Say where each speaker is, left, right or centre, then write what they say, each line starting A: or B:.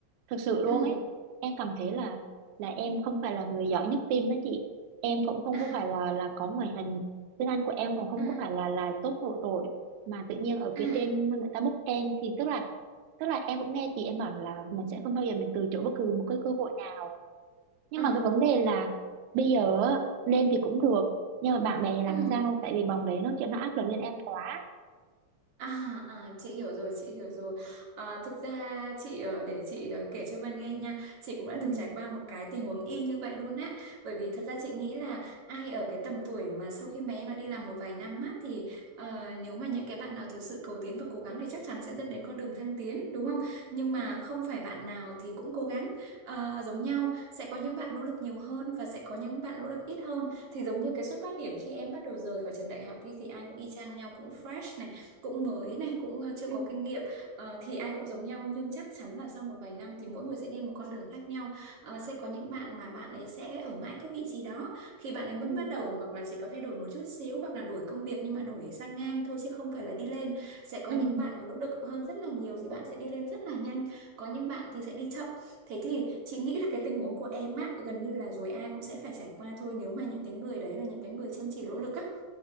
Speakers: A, on the right (about 80°); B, on the right (about 55°).
A: thực sự luôn
B: Ừ.
A: ấy em cảm thấy là là em không phải là người giỏi nhất team đó chị em cũng không
B: À,
A: có phải là là có ngoại hình tiếng Anh của em cũng không
B: à,
A: có phải là là tốt nổi trội mà tự nhiên ở
B: à,
A: phía trên người ta book em thì tức là tức là em cũng nghe chị em bảo là mình sẽ không bao giờ mình từ chối bất cứ một cái cơ hội nào nhưng
B: à,
A: mà cái vấn đề là bây giờ á, lên thì cũng được nhưng mà bạn bè làm
B: ừ.
A: sao tại vì bọn đấy nó kiểu nó áp lực lên em quá
B: À, à chị hiểu rồi chị hiểu rồi à, thực ra chị ờ, để chị ờ, kể cho Vân nghe nha chị cũng đã
A: ừ
B: từng trải qua một cái tình huống y như vậy luôn á bởi vì thật ra chị nghĩ là ai ở cái tầm tuổi mà sau khi mà em đã đi làm một vài năm á thì ờ, nếu mà những cái bạn nào thực sự cầu tiến và cố gắng thì chắc chắn sẽ dẫn đến con đường thăng tiến đúng không nhưng mà
A: ừ
B: không phải bạn nào thì cũng cố gắng ờ, giống nhau sẽ có những bạn nỗ lực nhiều hơn và sẽ có những bạn nỗ lực ít hơn thì giống như cái xuất phát điểm khi em bắt đầu rời khỏi trường đại học đi thì ai cũng y chang nhau cũng fresh này cũng mới này cũng ờ, chưa
A: ừ
B: có kinh nghiệm Ờ, thì ai cũng giống nhau nhưng chắc chắn là sau một vài năm thì mỗi người sẽ đi một con đường khác nhau Ờ, sẽ có những bạn mà bạn ấy sẽ ở mãi cái vị trí đó khi bạn ấy mới
A: ừ
B: bắt đầu hoặc là chỉ có thay đổi một chút xíu hoặc là đổi công việc nhưng mà đổi sang ngang thôi chứ không phải là đi lên sẽ có
A: ừ
B: những bạn mà nỗ lực hơn rất là nhiều thì bạn sẽ đi lên rất là nhanh có những bạn thì sẽ đi chậm Thế thì chị nghĩ là cái tình huống của em á gần như là rồi ai cũng sẽ phải trải qua thôi nếu mà những cái người đấy là những cái người chăm chỉ nỗ lực á